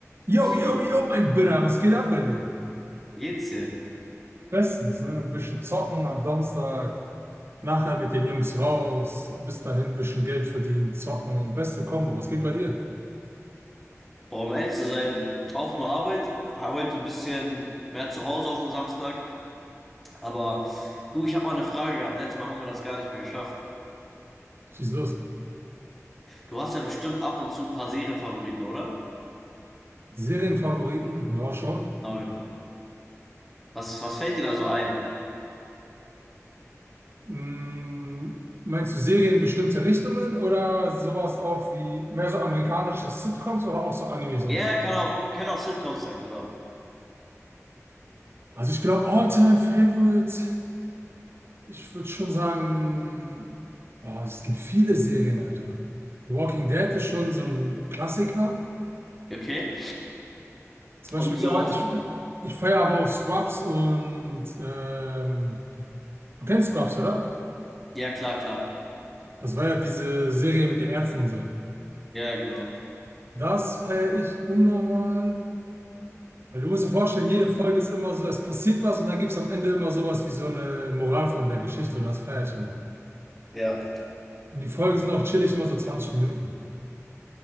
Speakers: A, on the right; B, in the centre.
A: Yo,
B: So,
A: yo, yo, mein Bitter, was geht ab bei dir?
B: jetzt hier.
A: Bestens, ne? Ein bisschen zocken am Samstag, nachher mit den Jungs raus, bis dahin ein bisschen Geld verdienen, zocken, beste Kombo, was geht bei dir?
B: Boah, um ehrlich zu sein, auch nur Arbeit. Heute ein bisschen mehr zu Hause auf den Samstag. Aber du, ich habe mal eine Frage gehabt. Letztes Mal haben wir das gar nicht mehr geschafft.
A: Schieß los.
B: Du hast ja bestimmt ab und zu ein paar Serienfavoriten, oder?
A: Serienfavoriten, ja schon.
B: Ah, genau. Was, was fällt dir da so ein?
A: Mm, Meinst du Serien in bestimmte Richtungen oder sowas auch wie mehr so amerikanische Sitcoms oder auch so Animes und
B: Ja,
A: so?
B: ja, kann auch, kann auch Sitcoms sein, genau.
A: Also ich glaube, All-Time-Favorite, ich würde schon sagen, oh, es gibt viele Serien, Alter. The Walking Dead ist schon so ein Klassiker.
B: Ja, Okay.
A: Zum
B: Und
A: Beispiel,
B: so
A: ja,
B: auf.
A: ich, ich feiere aber auch Scrubs und ähm, du kennst Scrubs, oder?
B: Ja, klar, klar.
A: Das war ja diese Serie mit den Ärzten und so.
B: Ja, genau.
A: Das feiere ich unnormal. Weil du musst dir vorstellen, jede Folge ist immer so, es passiert was und dann gibt es am Ende immer sowas wie so eine Moral von der Geschichte und das feiere ich immer.
B: Ja,
A: Und die Folgen sind auch chillig, immer so zwanzig Minuten.